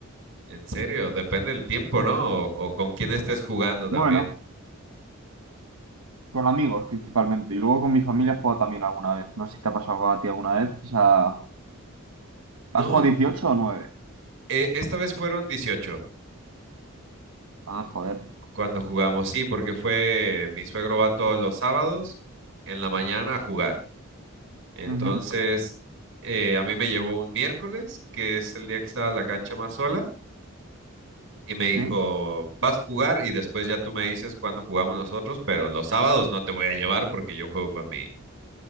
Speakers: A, on the right; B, on the right.
A: En serio, depende del tiempo, ¿no? O, o con quién estés jugando también.
B: Bueno, con amigos principalmente. Y luego con mi familia he jugado también alguna vez. No sé si te ha pasado a ti alguna vez. O sea,
A: No,
B: ¿has jugado
A: mm,
B: 18 o nueve.
A: eh, esta vez fueron 18
B: Ah, joder.
A: cuando jugamos, sí, porque fue, mi suegro va todos los sábados en la mañana a jugar. Entonces,
B: Ujú.
A: eh, a mí me llevó un miércoles, que es el día que estaba la cancha más sola. y me
B: Sí,
A: dijo, vas a jugar y después ya tú me dices cuándo jugamos nosotros, pero los sábados no te voy a llevar porque yo juego con mi,